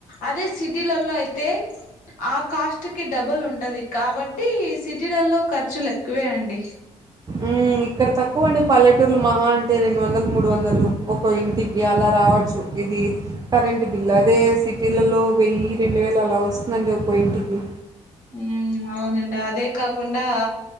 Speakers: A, on the left (about 60°); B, on the right (about 25°).
A: అదే సిటీలలో అయితే ఆ కాస్ట్‌కి డబ్బుల్ ఉంటది కాబట్టి సిటీలలో ఖర్చులు ఎక్కువే అండి
B: ఉమ్మ్ ఇక్కడ తక్కువండి పల్లెటూర్లు మహా అంటే రెండు వందలు మూడు వందలు ఒక్కో ఇంటికి అలా రావచ్చు ఇది కరెంట్ బిల్ అదే సిటీలలో వెయ్యి రెండు వేలు అలా వస్తుందండి ఒక్కో ఇంటికి
A: ఉమ్మ్ అవునండి అదే కాకుండా